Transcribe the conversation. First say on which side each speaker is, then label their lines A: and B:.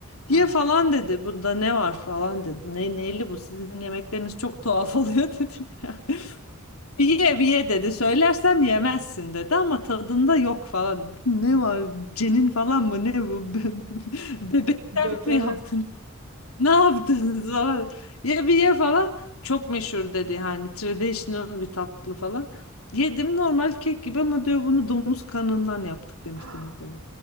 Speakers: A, on the right; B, on the left.
A: Hı
B: Ye falan dedi. Bunda ne var falan dedi. Ne neyli bu? Sizin yemekleriniz çok tuhaf oluyor <laughs> dedim ya. Bir ye bir ye dedi. Söylersem yemezsin dedi ama tadında yok falan. Ne var? Cenin falan mı? Ne bu? <laughs> Be- Bebekten
A: Beklenir.
B: mi yaptın? Ne yaptınız falan. Ye bir ye falan. Çok meşhur dedi. Hani traditional bir tatlı falan. Yedim normal kek gibi ama diyor bunu domuz kanından yaptık demişti
A: Ah,
B: mesela.